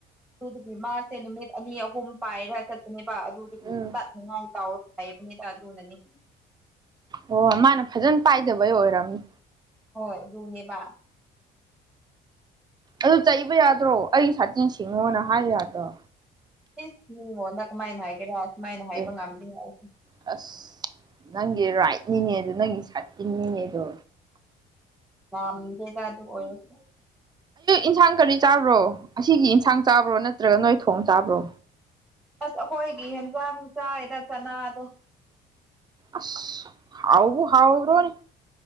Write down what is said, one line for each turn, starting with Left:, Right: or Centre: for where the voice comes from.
Centre: ꯑꯗꯨꯗꯨꯒꯤ ꯃꯥꯁꯦ ꯅꯨꯃꯤꯠ ꯑꯅꯤ ꯑꯍꯨꯝ ꯄꯥꯏꯔ ꯆꯠꯄꯅꯦꯕ ꯑꯗꯨꯗꯒꯤ
Right: ꯎꯝ
Centre: ꯆꯠꯅꯤꯡꯉꯥꯏ ꯇꯧꯔ ꯂꯩꯕꯅꯤꯗ ꯑꯗꯨꯅꯅꯤ
Right: ꯑꯣ ꯃꯥꯅ ꯐꯖꯅ ꯄꯥꯏꯗꯕꯩ ꯑꯣꯏꯔꯝꯅꯤ
Centre: ꯍꯣꯏ ꯑꯗꯨꯅꯦꯕ
Right: ꯑꯗꯨ ꯆꯩꯕ ꯌꯥꯗ꯭ꯔꯣ ꯑꯩ ꯁꯥꯇꯤꯟ ꯁꯤꯡꯉꯣꯅ ꯍꯥꯌ ꯌꯥꯗ꯭ꯔꯣ
Centre: ꯏꯁ ꯃꯤꯉꯣꯟꯗ ꯀꯃꯥꯏꯅ ꯍꯥꯏꯒꯦꯔꯥ ꯁꯨꯃꯥꯏꯅ ꯍꯥꯏꯕ
Right: ꯑꯦ
Centre: ꯉꯝꯗꯦ ꯑꯩ
Right: ꯑꯁ ꯅꯪꯒꯤ ꯔꯥꯏꯠꯅꯤꯅꯦ ꯑꯗꯨ ꯅꯪꯒꯤ ꯁꯥꯇꯤꯟꯅꯤꯅꯦ ꯑꯗꯣ
Centre: ꯌꯥꯝꯗꯦꯗ ꯑꯗꯨ ꯑꯣꯏꯔꯁꯨ
Right: ꯏꯟꯁꯥꯡ ꯀꯔꯤ ꯆꯥꯕ꯭ꯔꯣ ꯑꯁꯤꯒꯤ ꯏꯟꯁꯥꯡ ꯆꯥꯕ꯭ꯔꯣ ꯅꯠꯇ꯭ꯔꯒ ꯅꯣꯏ ꯊꯣꯡ ꯆꯥꯕ꯭ꯔꯣ
Centre: ꯑꯥꯁ ꯑꯩꯈꯣꯏꯗꯤ ꯍꯦꯟꯖꯥꯡ ꯆꯥꯏꯗ ꯆꯅꯥꯗꯣ
Right: ꯑꯥꯁ ꯍꯥꯎꯕꯨ ꯍꯥꯎꯔꯣꯢꯅꯦ